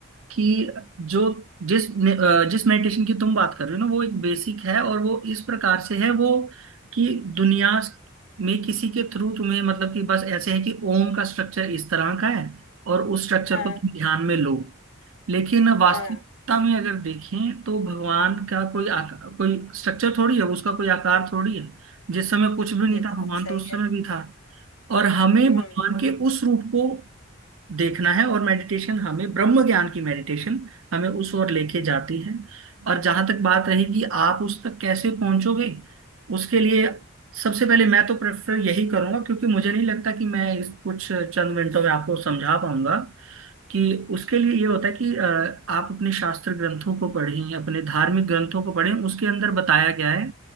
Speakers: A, on the right; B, on the left.
A: कि जो जिस ने- अ, जिस मेडिटेशन की तुम बात कर रहे हो ना वो एक बेसिक है और वो इस प्रकार से है वो कि दुनिया में किसी के थ्रू तुम्हें मतलब कि बस ऐसे है कि ओम का स्ट्रक्चर इस तरह का है और उस स्ट्रक्चर
B: हाँ
A: को तुम ध्यान में लो लेकिन वास्तविकता
B: हाँ
A: में अगर देखें तो भगवान का कोई आकार कोई स्ट्रक्चर थोड़ी है उसका कोई आकार थोड़ी है जिस समय कुछ भी नहीं
B: ये
A: था
B: तो बात
A: भगवान
B: सही
A: तो उस
B: है
A: समय भी था और हमें
B: हम्म
A: भगवान के उस रूप को देखना है और मेडिटेशन हमें ब्रह्म ज्ञान की मेडिटेशन हमें उस ओर लेके जाती है और जहां तक बात रहेगी आप उस तक कैसे पहुंचोगे उसके लिए सबसे पहले मैं तो प्रेफर यही करूंगा क्योंकि मुझे नहीं लगता कि मैं इस कुछ चंद मिनटों में आपको समझा पाऊंगा कि उसके लिए ये होता है कि अ, आप अपने शास्त्र ग्रंथों को पढ़ें अपने धार्मिक ग्रंथों को पढ़ें उसके अंदर बताया गया है